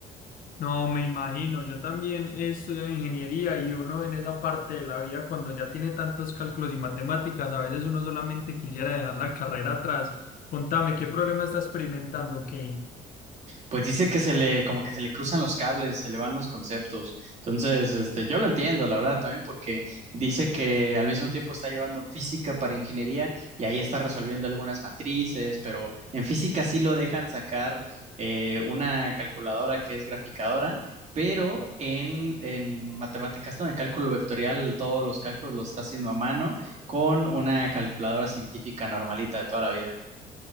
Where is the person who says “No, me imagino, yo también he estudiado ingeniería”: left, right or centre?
Left